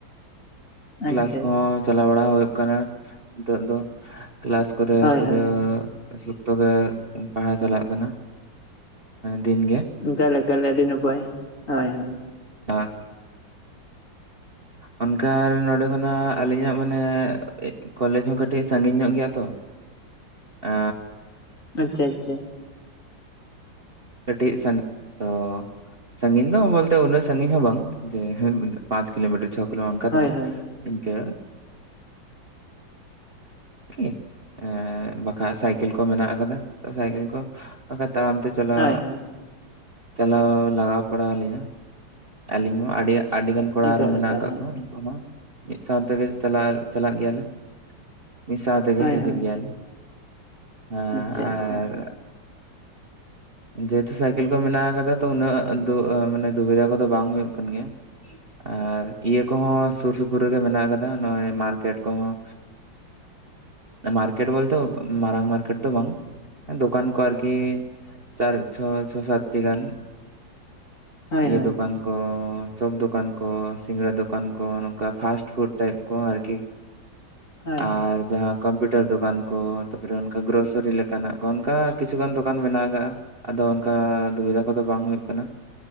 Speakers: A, on the right; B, on the left.
A: ᱠᱮᱞᱟᱥ
B: ᱟᱪᱪᱷᱟ
A: ᱠᱚᱦᱚᱸ ᱪᱟᱞᱟᱣ ᱵᱟᱲᱟ ᱦᱩᱭᱩᱜ ᱠᱟᱱᱟ ᱱᱤᱛᱚᱜ ᱫᱚ᱾ ᱠᱮᱞᱟᱥ ᱠᱚᱨᱮ
B: ᱦᱳᱭ
A: ᱯᱩᱨᱟᱹ
B: ᱦᱳᱭ
A: ᱛᱚᱵᱮ ᱯᱟᱲᱦᱟᱭ ᱪᱟᱞᱟᱜ ᱠᱟᱱᱟ ᱫᱤᱱ ᱜᱮ᱾
B: ᱚᱱᱠᱟᱞᱮ ᱛᱟᱞᱮ ᱟᱹᱰᱤ ᱱᱟᱯᱟᱭ ᱦᱳᱭ ᱦᱳᱭ᱾
A: ᱦᱮᱸ, ᱚᱱᱠᱟ ᱱᱚᱰᱮ ᱠᱷᱚᱱᱟ ᱟᱞᱤᱧᱟᱜ ᱢᱟᱱᱮ, ᱠᱚᱞᱮᱡᱽ ᱦᱚᱸ ᱠᱟᱹᱴᱤᱡ ᱥᱟᱺᱜᱤᱧ ᱧᱚᱜ ᱜᱮᱭᱟ ᱛᱚ᱾ ᱟ
B: ᱟᱪᱪᱷᱟ ᱟᱪᱪᱷᱟ
A: ᱠᱟᱹᱴᱤᱡ ᱥᱟᱸᱜ ᱛᱚ ᱥᱟᱺᱜᱤᱧ ᱫᱚ ᱵᱚᱞᱛᱮ ᱩᱱᱟᱹᱜ ᱥᱟᱺᱜᱤᱧ ᱦᱚᱸ ᱵᱟᱝ ᱡᱮ ᱯᱟᱸᱪ ᱠᱤᱞᱳᱢᱤᱴᱟᱨ ᱪᱷᱚᱠ ᱯᱟᱞᱮ ᱚᱱᱠᱟ
B: ᱦᱳᱭ
A: ᱫᱚ ᱵᱟᱝ
B: ᱦᱳᱭ
A: ᱤᱱᱠᱟᱹ ᱠᱤ ᱮ ᱵᱟᱠᱷᱟᱡ ᱥᱟᱭᱠᱮᱞ ᱠᱚ ᱢᱮᱱᱟᱜ ᱠᱟᱫᱟ ᱥᱟᱭᱠᱮᱞ ᱠᱚ ᱵᱟᱠᱷᱟᱡ ᱛᱟᱲᱟᱢ ᱛᱮ, ᱪᱟᱞᱟᱣ,
B: ᱦᱳᱭ ᱦᱳᱭ
A: ᱪᱟᱞᱟᱣ ᱞᱟᱜᱟᱣ ᱯᱟᱲᱟᱣ ᱟᱹᱞᱤᱧᱟ᱾ ᱟᱹᱞᱤᱧ ᱦᱚᱸ ᱟᱹᱰᱤ ᱟᱹᱰᱤᱜᱟᱱ ᱠᱚᱲᱟ
B: ᱮᱠᱟᱞ
A: ᱟᱨᱦᱚᱸ ᱢᱮᱱᱟᱜ
B: ᱮᱠᱟᱞ
A: ᱟᱠᱟᱫ
B: ᱦᱳᱭ
A: ᱠᱚᱣᱟ᱾ ᱩᱱᱠᱩ ᱦᱚ ᱢᱤᱫ ᱥᱟᱣ ᱛᱮᱜᱮ ᱪᱟᱞᱟᱜ ᱪᱟᱞᱟᱜ ᱜᱮᱭᱟᱞᱮ᱾ ᱢᱤᱫ ᱥᱟᱶ ᱛᱮᱜᱮ
B: ᱦᱳᱭ
A: ᱦᱤᱡᱩᱜ
B: ᱦᱳᱭ
A: ᱜᱮᱭᱟᱞᱮ ᱦᱮᱸ
B: ᱟᱪᱪᱷᱟ
A: ᱟᱨ
B: ᱟᱪᱪᱷᱟ
A: ᱡᱮᱦᱮᱛᱩ ᱥᱟᱭᱠᱮᱞ ᱠᱚ ᱢᱮᱱᱟᱜ ᱟᱠᱟᱫᱟ ᱛᱚ ᱩᱱᱟᱹᱜ ᱫᱩ ᱢᱟᱱᱮ ᱫᱩᱵᱤᱫᱟ ᱠᱚ ᱫᱚ ᱵᱟᱝ ᱦᱩᱭᱩᱜ ᱠᱟᱱ ᱜᱮᱭᱟ᱾ ᱟᱨ ᱤᱭᱟᱹ ᱠᱚᱦᱚᱸ ᱥᱩᱨ ᱥᱩᱯᱩᱨ ᱨᱮᱜᱮ ᱢᱮᱱᱟᱜ ᱠᱟᱫᱟ ᱱᱚᱜᱼᱚᱭ ᱢᱟᱨᱠᱮᱴ ᱠᱚᱦᱚᱸ᱾ ᱟ ᱢᱟᱨᱠᱮᱴ ᱵᱳᱞᱛᱮ ᱢᱟᱨᱟᱝ ᱢᱟᱨᱠᱮᱴ ᱛᱚ ᱵᱟᱝ, ᱫᱚᱳᱠᱟᱱ ᱠᱚ ᱟᱨᱠᱤ ᱪᱟᱨ ᱪᱷᱚ ᱪᱷᱚ ᱥᱟᱛᱴᱤ ᱜᱟᱱ᱾
B: ᱦᱳᱭ
A: ᱤᱭᱟᱹ
B: ᱦᱳᱭ
A: ᱫᱚᱠᱟᱱ ᱠᱚ ᱪᱚᱯ ᱫᱚᱠᱟᱱ ᱠᱚ ᱥᱤᱜᱲᱟ ᱫᱚᱠᱟ ᱠᱟᱱ ᱠᱚ ᱱᱚᱝᱠᱟ ᱯᱷᱟᱥᱴ ᱯᱷᱩᱰ ᱴᱟᱭᱤᱯ ᱠᱚ ᱟᱨᱠᱤ
B: ᱦᱳᱭ
A: ᱟᱨ ᱡᱟᱦᱟᱸ ᱠᱚᱢᱯᱤᱭᱩᱴᱟᱨ ᱫᱚᱠᱟᱱ ᱠᱚ ᱛᱟᱯᱚᱨᱮ ᱚᱱᱠᱟ ᱜᱨᱚᱥᱟᱨᱤ ᱞᱮᱠᱟᱱᱟᱜ ᱠᱚ ᱚᱱᱠᱟ ᱠᱤᱪᱷᱩ ᱜᱟᱱ ᱫᱚᱠᱟᱱ ᱫᱚᱠᱟᱱ ᱢᱮᱱᱟᱜ ᱠᱟᱜᱼᱟ ᱟᱫᱚ ᱚᱱᱠᱟ ᱫᱩᱵᱤᱫᱷᱟ ᱠᱚᱫᱚ ᱵᱟᱝ ᱦᱩᱭᱩᱜ ᱠᱟᱱᱟ᱾